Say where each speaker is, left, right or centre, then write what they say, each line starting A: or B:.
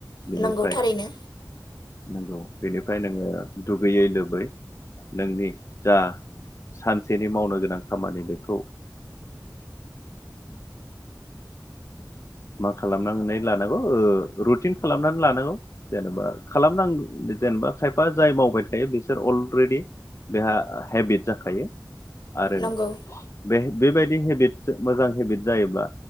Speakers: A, on the left; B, on the left.
A: बेनिफ्राय
B: नंगौ थारैनो
A: नंगौ बेनिफ्राय नोंङो दुगैयै लोबै नोंनि जा सानसेनि मावनो गोनां खामानि बेखौ मा खालामनानै लानांगौ रुटिन खालामनानै लानांगौ जेनेबा खालामनां जेनेबा खायफा जाय मावबाय थायो बिसोर अलरेडि बेहा हेबिट जाखायो आरो
B: नंगौ
A: बे बेबायदि हेबिट मोजां हेबिट जायोब्ला